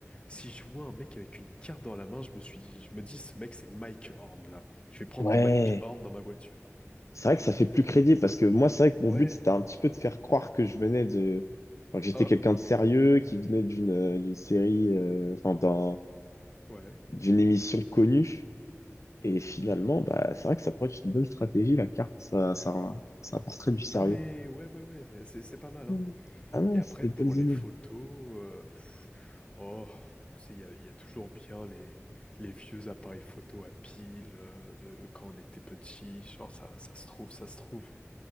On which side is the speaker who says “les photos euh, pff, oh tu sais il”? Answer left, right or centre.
Left